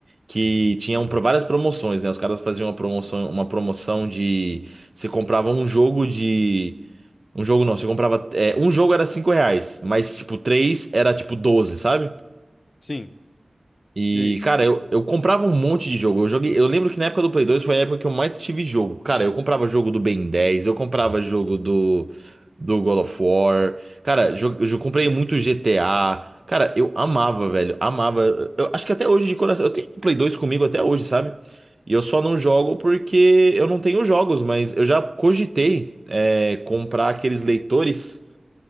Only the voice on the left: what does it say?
Sim.
E aí?